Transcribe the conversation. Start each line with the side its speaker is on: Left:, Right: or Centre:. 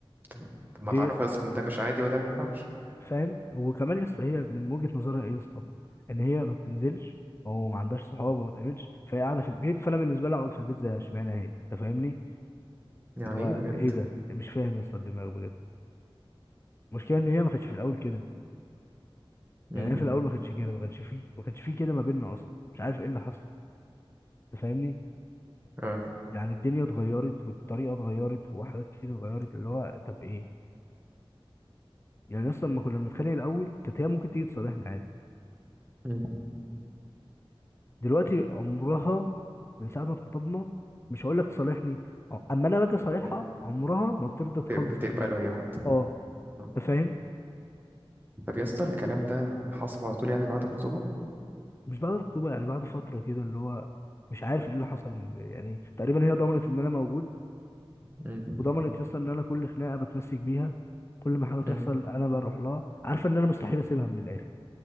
Right: طب طب ما
Left: ليه
Right: تعرفي
Left: يا اسطى؟
Right: اصلا إن ده مش عادي وده ما ينفعش
Left: فاهم وكمان يا اسطى هي من وجهه نظرها ايه يا اسطى ان هي ما بتنزلش او ما عندهاش صحاب وما بتقابلش فهي قاعده في البيت فانا بالنسبه لي اقعد في البيت زي اشمعنى هي انت فاهمني
Right: يعني
Left: اللي هو
Right: ايه بجد
Left: ايه ده مش فاهم يا اسطى الدماغ بجد المشكله ان هي ما كانتش في الاول كده
Right: مم.
Left: يعني هي في الاول ما كانتش كده ما كانش فيه ما كانش فيه كده ما بيننا اصلا مش عارف ايه اللي حصل انت فاهمني
Right: اه
Left: يعني الدنيا اتغيرت والطريقه اتغيرت وحاجات كتير اتغيرت اللي هو طب ايه يعني اصلا لما كنا بنتخانق الاول كانت هي ممكن تيجي تصالحنا عادي
Right: مم.
Left: دلوقتي عمرها من ساعه ما اتخطبنا مش هقول لك تصالحني أه، اما انا باجي اصالحها
Right: بت-
Left: عمرها ما بترضى تخلص
Right: بتقبله
Left: الخناقه
Right: هي حتى
Left: اه
Right: مم.
Left: انت فاهم
Right: طب يا اسطى الكلام ده حصل على طول يعني بعد الخطوبة
Left: مش بعد الخطوبه يعني بعد فتره كده اللي هو مش عارف ايه اللي حصل يعني تقريبا هي ضمنت ان انا موجود
Right: مم.
Left: وضمنت يسطا ان انا كل خناقه بتمسك بيها كل ما حاجه تحصل
Right: مم.
Left: انا بروح لها عارفه ان انا مستحيل اسيبها من الاخر